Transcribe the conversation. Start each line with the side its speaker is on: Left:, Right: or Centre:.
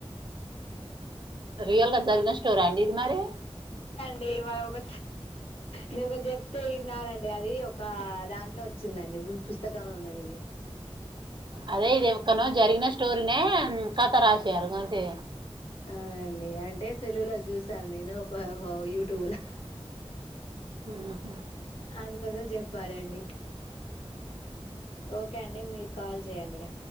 Right: రియల్గా జరిగిన స్టోరా అండి ఇది మరి
Left: వేవనాస్ ఒక నే ఒకలు చెప్తే విన్నానండి అది ఒక దాంట్లో వచ్చిందండి పుస్తకంలో ఉన్నది ఇది
Right: అదే ఇది ఎక్కనో జరిగిన స్టోరి నే కథ రాసి జరుగంతే
Left: అవునండి అంటే సెల్ లో జూసాను నేను ఒక వో యూట్యూబ్ ల
Right: మ్మ్ హ్మ్
Left: అందుకోసం చెప్పానండి ఓకే అండి మీరు కాల్ జేయండి ఇగ